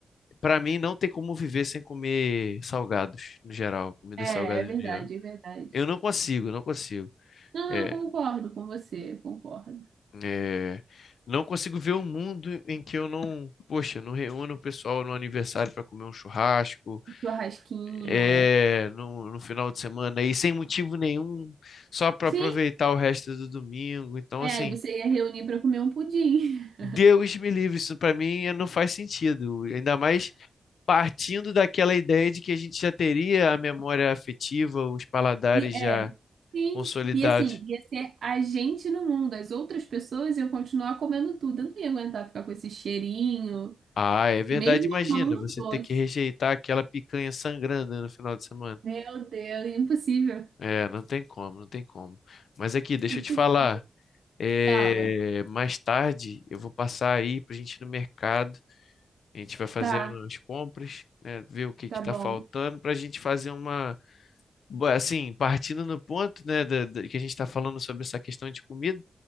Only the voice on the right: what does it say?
É,
é verdade,
é verdade.
Não,
eu concordo com você, eu concordo.
Churrasquinho,
é.
Sim,
é,
aí você ia reunir pra comer um pudim. <laughs>
E é,
sim.
E assim, ia ser a gente no mundo, as outras pessoas iam continuar comendo tudo. Eu não ia aguentar ficar com esse cheirinho,
mesmo
amando
o doce.
Meu Deus, é impossível.
Impossível.
Fala.
Tá.
Tá
bom.